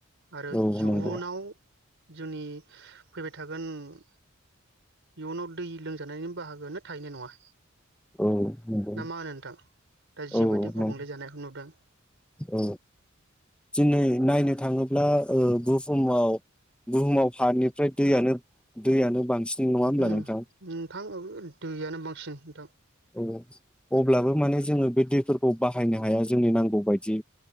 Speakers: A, on the right; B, in the centre.
A: आरो
B: औ
A: इयुनाव
B: नंगौ
A: जोंनि फैबाय थागोन इयुनाव दै लोंजानायनि बाहागोआो थाहैनाय नङा
B: औ नंगौ
A: ना मा होनो नोंथां दा जिबायदि
B: औ
A: गुबुंले
B: नं
A: जानायखौ नुदों
B: औ दिनै नायनो थाङोब्ला ओ बुहुमाव बुहुमाव हानिफ्राय दैयनो दैयानो बांसिन नङा होमब्ला
A: उम
B: नोंथां
A: नोथां ओ दैयानो बां सो नोंथां
B: अ-अब्लाबो माने जोङो बे दैफोरखौ बाहायनो हाया जोंनि नांगौ बायदि